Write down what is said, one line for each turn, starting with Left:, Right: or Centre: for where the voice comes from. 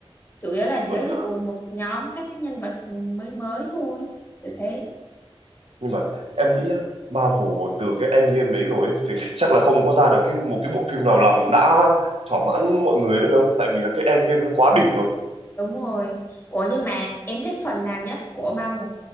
Left: chủ yếu là
Right: vậy
Left: giới thiệu một nhóm các cái nhân vật mới mới thôi kiểu thế
Right: nhưng mà em nghĩ nhá Marvel từ cái Endgame đấy rồi ấy, thì <laughs> chắc là không có ra được cái một cái bộ phim nào làm đã thỏa mãn mọi người nữa đâu tại vì là cái Endgame nó quá đỉnh rồi
Left: đúng rồi ủa nhưng mà em thích phần nào nhất của Marvel